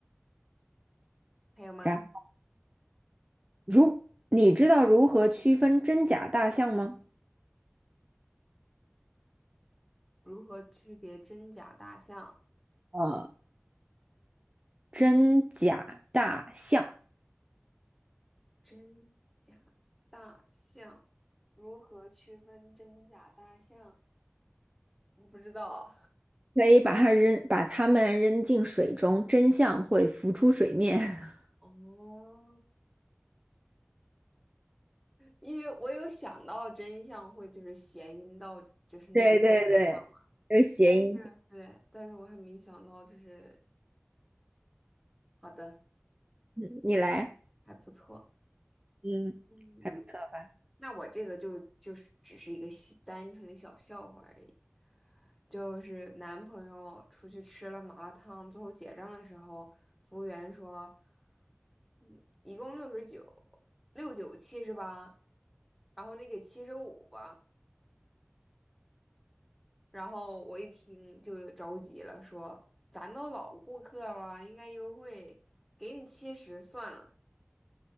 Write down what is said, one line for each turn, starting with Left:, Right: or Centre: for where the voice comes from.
Centre: 还有吗？
Right: 然如你知道如何区分真假大象吗？
Centre: 如何区别真假大象？
Right: 呃，真假大象
Centre: 真假大象，如何区分真假大象？我不知道，
Right: 可以把它扔，把它们扔进水中，真相会浮出水面。<laughs>
Centre: <laughs> 哦，因为我有想到真相会就是谐音到就是那个真相，
Right: 对对对，就是谐音。
Centre: 但是对，但是我还没想到就是好的，
Right: 你来，
Centre: 还不错。
Right: 嗯，
Centre: 嗯。
Right: 还不错吧？
Centre: 那我这个就就是只是一个小单纯的小笑话而已，就是男朋友出去吃了麻辣烫，最后结账的时候，服务员说，嗯，一共六十九，六九七十八，然后你给七十五吧。然后我一听就着急了，说咱都老顾客了，应该优惠，给你七十算了，